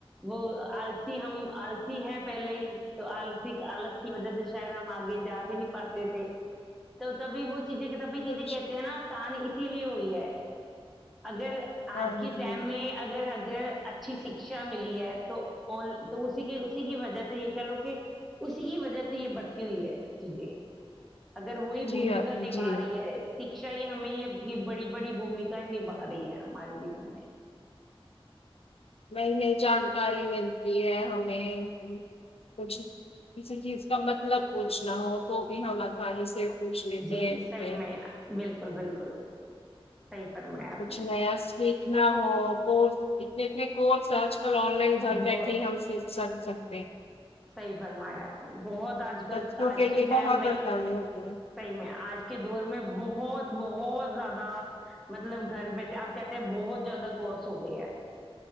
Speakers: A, in the centre; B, on the left (about 75°).
A: وہ آلسی ہم آلسی ہے پہلے ہی تو آلسی آلس کی وجہ سے شاید ہم آگے جا بھی نہیں پاتے تھے تو تبھی وہ چیزیں کتابھی چیزیں
B: کچھ
A: کہتے ہیں نا نق سان اسی لیے ہوئی ہے اگر آج
B: ہاں
A: کے
B: جی
A: ٹائم میں اگر اگر اچھی شکشا ملی ہے تو تو اسی کے اسی کی وجہ سے یہ کہہ لو کہ اسی کی وجہ سے یہ بڑھتی ہوئی ہے چیزیں اگر وہی
B: جی
A: بھومکا
B: آپ
A: نبھا
B: جی
A: رہی ہے شکشا یہ ہمیں یہ بڑی بڑی بھومکا نبھا رہی ہے ہمارے جیون میں
B: نئی نئی جانکاری ملتی ہے ہمیں کچھ کسی چیز کا مطلب پوچھنا ہو تو بھی ہم آسانی سے سے پوچھ لیتے
A: جی
B: ہیں اس
A: صحیح
B: پ
A: میں بالکل بالکل صحیح فرمایا آپ
B: کچھ
A: نے
B: نیا سیکھنا ہو اورس اتنے اتنے بہت ساچ تو آن لائن گھر
A: بہت
B: بیٹھے ہی ہم فی سر س <inaudible>
A: صحیح فرمایا آپ نے بہت آج کل
B: بچوں
A: آج کے
B: لیے
A: ٹائم
B: بہت
A: میں
B: آسانی ہوتی ہے
A: صحیح میں آج کے کے دور میں بہت بہت زیادہ مطلب گھر بیھے آپ کہتے ہیں بہت زیادہ کورس ہو گیا ہے